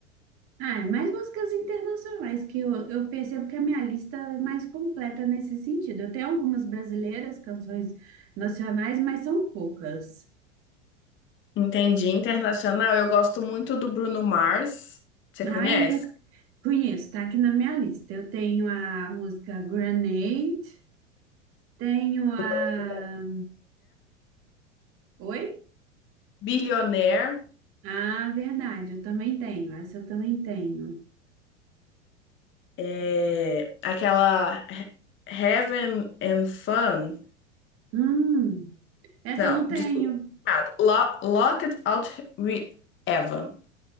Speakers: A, on the right; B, on the left.
A: Ah, é mais músicas internacionais, que eu, eu percebo que a minha lista é mais completa nesse sentido. Eu tenho algumas brasileiras, canções nacionais, mas são poucas.
B: Entendi. Internacional, eu gosto muito do Bruno Mars. Você
A: Ai,
B: conhece?
A: eu conheço, tá aqui na minha lista. Eu tenho a música Grenade, tenho a.
B: Eu gosto da
A: Oi?
B: Billionaire,
A: Ah, verdade, eu também tenho. Essa eu também tenho.
B: é, aquela He- Heaven and Fun.
A: Hum, essa
B: Não,
A: eu não tenho.
B: desculpa. Ah, Lo- Locked Out Re Evan.